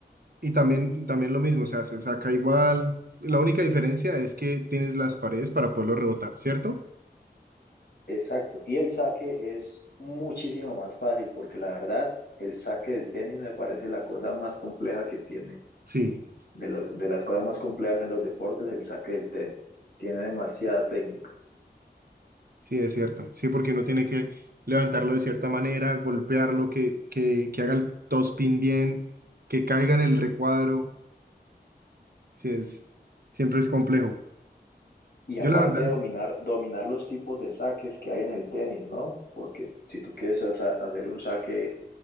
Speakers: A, on the right; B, on the left.
A: y también, también lo mismo, o sea, se saca igual. La única diferencia es que tienes las paredes para poderlo rebotar, ¿cierto?
B: Exacto. Y el saque es muchísimo más fácil porque la verdad, el saque del tenis me parece la cosa más compleja que tiene
A: Sí,
B: De los, de las cosas más complejas en los deportes, el saque del tenis. Tiene demasiada técnica.
A: sí, es cierto. Sí, porque uno tiene que levantarlo de cierta manera, golpearlo, que, que, que haga el topspin bien, que caiga en el recuadro. Sí, es, siempre es complejo.
B: Y
A: Yo
B: aparte
A: la verdad,
B: de dominar, dominar los tipos de saques que hay en el tenis, ¿no? Porque si tú quieres haza- hacer un saque